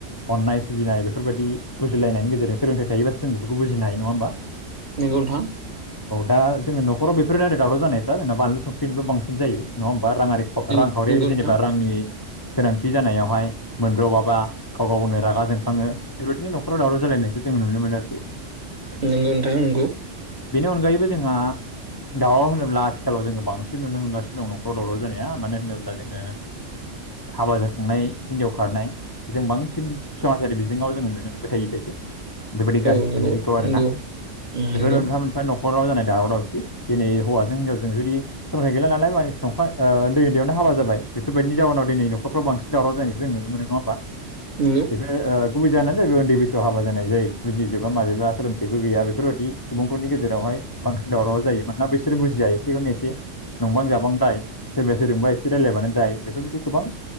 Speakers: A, on the left (about 20°); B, on the right (about 35°).
A: अननाय सिबिनाय बेफोर फोरबादि बुजिलायनायनि गेजेरजों सोंथाइ थायोबासो जोंफोरखौ बुजिनो हायो नङा ओमबा?
B: नोंगौ नोंथां।
A: दा जोंनि न'खर बेफोरनो आरो दावराव जानायफ्रा जोंना बानलु संख्रिनिबो बांसि जायो नङा होम बा राङारि
B: नंगौ
A: रांखावरियारि
B: नोंथां
A: जेनेबा रांनि गोनांथि जानायावहाय मोनब्र'बाबा गाव गावनो रागा जोंखाङो बेबायदिनो न'खराव दावराव जालायनायखौ जों जों नुनो मोन आरोखि ।
B: नोंगौ नोंथां नोंगौ।
A: बेनि अनगायैबो जोंहा दाउ होनोब्ला खालाव जोङो बांसिन नुनो मोनगानो दं न'खराव दावराव जानाया मानो होनोब्ला जोङो। हाबा जाखांनाय हिन्जाव खारनाय। जों बांसिन समाजारि बिजोङाव जोङो नुनो मोनबाय थायो बिबायदि। बेबायदि
B: औ
A: गाज्रि
B: नंगौ
A: थासारिखौ आरोना
B: नंगौ नंगौ
A: बेफोर मोनफा मोनफा न'ख खहराव जानाय दावराव दावसि दिनै हौवाजों हिनजाजजों जुदि सरसाइ गैला नालाय बा दंखाय ओ उन्द उन्दैयावनो हाबा जाबाय बेफोरबायदि जाहोनाव दिनै न'खराव बसिनाव जानायखौ जों नुनो मोनो नङा ओमबा।
B: नंगौ
A: बेफोर ओ गुबुबै जाना जै उन्दै बैसोआव हाबा जानाय जायो बुजिजोबा माजोबा सोलोंथाइबो गैया बेफोरबायदि सुबुंफोरनि गेजेरावहाय बां ओंख्रि दावराव जायो मानोना बिसोर बुजिया एसेखौनो एसे नंबां जाबां दाय। सोरबाया सोरजोंबा एसे रायजलायबानो दाय बेफोरबायदि गोबां।